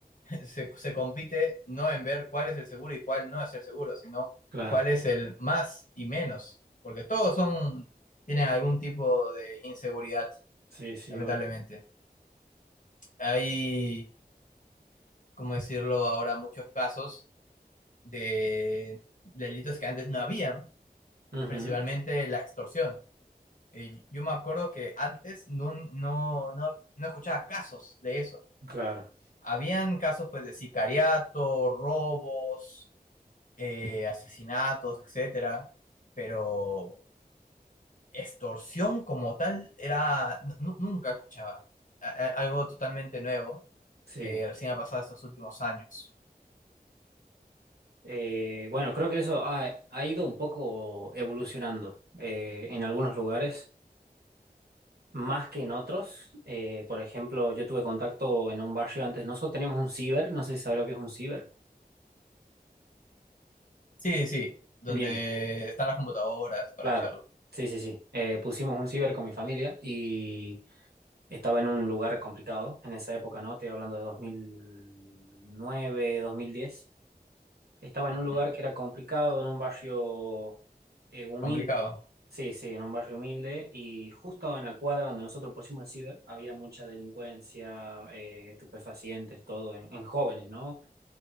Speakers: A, on the left; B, on the right.
A: se, se compite no en ver cuál es el seguro y cuál no es el seguro, sino
B: claro.
A: cuál es el más y menos, porque todos son, tienen algún tipo de inseguridad,
B: Sí, sí,
A: lamentablemente.
B: obvio.
A: Hay, cómo decirlo ahora, muchos casos de delitos que antes no habían,
B: Ujú,
A: principalmente la extorsión. Eh, yo me acuerdo que antes no, no, no, no escuchaba casos de eso.
B: claro,
A: Habían casos pues de sicariato, robos, eh, asesinatos, etcétera, pero extorsión como tal era nu- nunca escuchaba. A- a- algo totalmente nuevo
B: sí.
A: que recién ha pasado estos últimos años.
B: Eh, bueno, creo que eso ha, ha ido un poco evolucionando eh, en algunos lugares, más que en otros. Eh, por ejemplo, yo tuve contacto en un barrio antes, nosotros teníamos un ciber, no sé si sabrá lo que es un ciber.
A: Sí, sí, donde
B: Bien.
A: están las computadoras para
B: Claro,
A: usarlo.
B: sí, sí, sí. Eh, pusimos un ciber con mi familia y estaba en un lugar complicado en esa época, ¿no? Estoy hablando de dos dos mil nueve, dos mil diez. Estaba
A: Ujú.
B: en un lugar que era complicado, en un barrio eh, humilde.
A: Complicado.
B: Sí, sí, en un barrio humilde y justo en la cuadra donde nosotros pusimos el ciber había mucha delincuencia, eh, estupefacientes, todo en, en jóvenes, ¿no?